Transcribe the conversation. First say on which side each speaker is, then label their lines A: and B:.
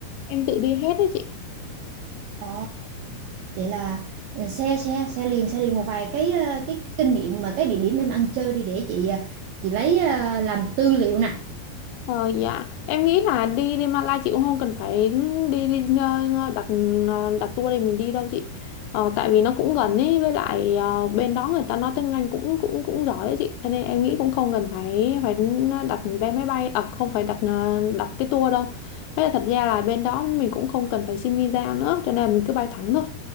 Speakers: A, on the left; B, on the right.
A: em tự đi hết đó chị.
B: Ồ, vậy là ừ, xe xe xe liền xe liền một vài cái ờ, cái, cái kinh nghiệm mà cái địa điểm em ăn chơi đi để chị ờ, chị lấy ờ, làm tư liệu nè.
A: Ờ dạ, em nghĩ là đi đi Malai chị cũng không cần phải đi, đi ờ, đặt ờ, đặt tour để mình đi đâu chị. Ờ, tại vì nó cũng gần ấy, với lại ờ, bên đó người ta nói tiếng Anh cũng cũng cũng giỏi ấy chị. Cho nên em nghĩ cũng không cần phải phải đặt vé máy bay, à không phải đặt ờ, đặt cái tour đâu. Với lại thật ra là bên đó mình cũng không cần phải xin visa nữa, cho nên là mình cứ bay thẳng thôi,